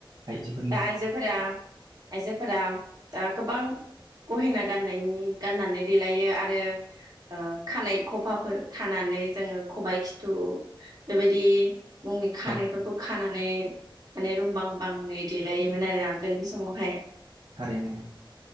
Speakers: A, on the right; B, on the right.
A: आइजोफोरनि
B: दा आइजोफोरा आइजोफोरा दा गोबां गहेना गाननायनि गाननानै देलायो आरो ओ खानाय खफाफोर खानानै जोङो खबाइ खिथु बेबायदि मुंनि खानाय
A: औ
B: खानानै माने रुं बां बाङै देलायोमोन आरो आगोलनि समावहाय
A: थारैनो